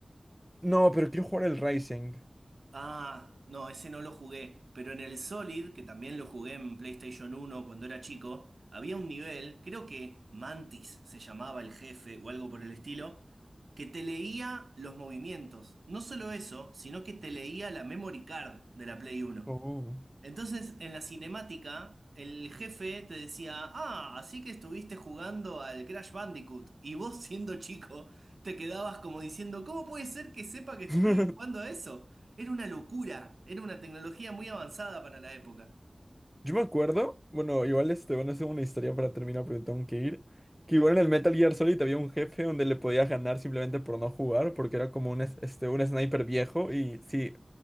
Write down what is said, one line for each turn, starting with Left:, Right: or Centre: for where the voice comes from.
Centre: No, pero quiero jugar el Rising.
Right: Ah, no, ese no lo jugué, pero en el Solid, que también lo jugué en PlayStation uno cuando era chico, había un nivel, creo que Mantis se llamaba el jefe o algo por el estilo, que te leía los movimientos. No solo eso, sino que te leía la memory card de la Play uno.
Centre: Oh.
Right: Entonces, en la cinemática, el jefe te decía, ah, así que estuviste jugando al Crash Bandicoot. Y vos, siendo chico, te quedabas como diciendo, ¿cómo puede ser que sepa que estoy
Centre: <laughs>
Right: jugando a eso? Era una locura, era una tecnología muy avanzada para la época.
Centre: Yo me acuerdo, bueno, igual este, bueno, es una historia para terminar, porque tengo que ir. Que igual en el Metal Gear Solid había un jefe donde le podías ganar simplemente por no jugar, porque era como un, es- este, un sniper viejo. Y si